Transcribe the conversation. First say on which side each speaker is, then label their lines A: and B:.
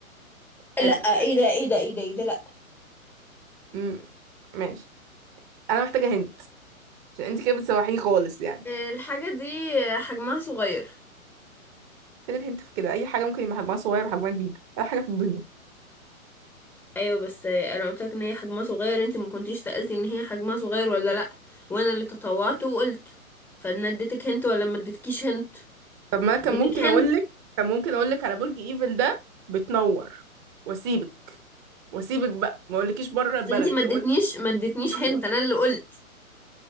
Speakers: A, in the centre; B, on the right.
A: لا
B: ال... ال...
A: ايه ده ايه ده ايه ده ايه ده لا
B: م... ماشي انا محتاجة هنت عشان انت كده بتسوحيني خالص يعني
A: الحاجة دي حجمها صغير
B: فين الهنت في كده اي حاجة ممكن يبقى حجمها صغير وحجمها كبير اي حاجة في الدنيا
A: ايوه بس انا قلت لك ان هي حجمها صغير انت ما كنتيش سألتي ان هي حجمها صغير ولا لا وانا اللي تطوعت وقلت فانا اديتك هنت ولا ما اديتكيش هنت
B: طب ما انا
A: اديتك
B: كان ممكن
A: هنت
B: اقول لك كان ممكن اقول لك على برج ايفل ده بتنور واسيبك واسيبك بقى ما اقولكيش بره
A: بس
B: البلد
A: انت ما اديتنيش
B: وانت
A: ما اديتنيش هنت
B: منور
A: انا اللي قلت